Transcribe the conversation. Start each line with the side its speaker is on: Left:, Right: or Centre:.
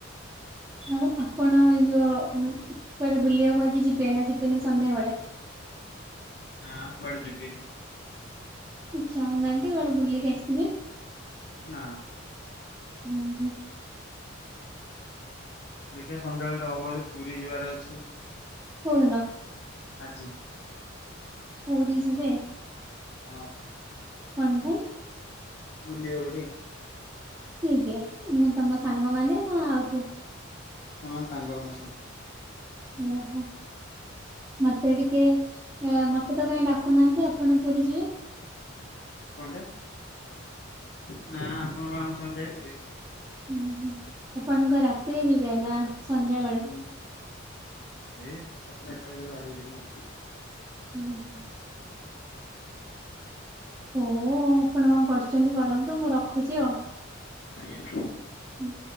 Right: ଆଉ ଆପଣ ଯୋଉ କୁଆଡେ ବୁଲିବାକୁ ଆଜି ଯିବେ ନା ଯିବେନି ସନ୍ଧ୍ୟା ବେଳେ?
Left: ନା କୁଆଡେ ଯିବିିନି।
Right: ଯାଉନାହାନ୍ତି କୁଆଡେ ବୁଲିକି ଆସିବେ।
Left: ନା।
Right: ହୁଁ ହୁଁ।
Left: ଦେଖିବା ସନ୍ଧ୍ୟାବେଳେ ହବ ପୁରୀ ଯିବାର ଅଛି।
Right: କୋଉଦିନ?
Left: ଆଜି।
Right: ପୁରୀ ଯିବେ।
Left: ହଁ।
Right: <unintelligible>
Left: ବୁଲିବାକୁ ଟିକେ।
Right: କିଏ କିଏ ମାନେ ତମ ସାଙ୍ଗମାନେ ନା ଆଉ କିଏ?
Left: ହଁ ସାଙ୍ଗ ମାନେ ସବୁ।
Right: ଓହୋ ମତେ ଟିକେ ମତେତ କାଇଁ ଡାକୁନାହାନ୍ତି ଆଉ। କଣ ପୁରୀ ଯିବେ।
Left: କଁଟେ ନା ଆପଣ କଣ ଆମ ସାଙ୍ଗରେ ଯାଇପାରିବେ।
Right: ହୁଁ ଆପଣଙ୍କ ରାତିରେ ଯିବେ ନାଁ ସନ୍ଧ୍ୟା ବେଳେ।
Left: ହୁଁ ଏଇ ସାତଟା ଆଠଟା ଭିତରେ ବାହରିକି ଯିବୁ।
Right: ହୁଁ ହୁଁ। ହୋଉ ଆପଣ କଣ କରୁଚନ୍ତି କରନ୍ତୁ ମୁଁ ରଖୁଚି ଆଉ।
Left: ଆଜ୍ଞା।
Right: ହୁଁ।